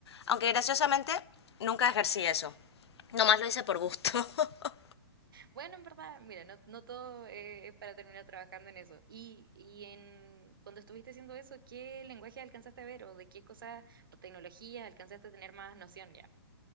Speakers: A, on the left; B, on the right.
A: Aunque graciosamente
B: Ujú.
A: nunca ejercí eso. Nomás lo hice por gusto. <laughs>
B: Bueno, en verdad, mira, no, no todo eh, es para terminar trabajando en eso. Y, y en cuando estuviste haciendo eso, ¿qué lenguaje alcanzaste a ver o de qué cosas o tecnologías alcanzaste a tener más noción ya?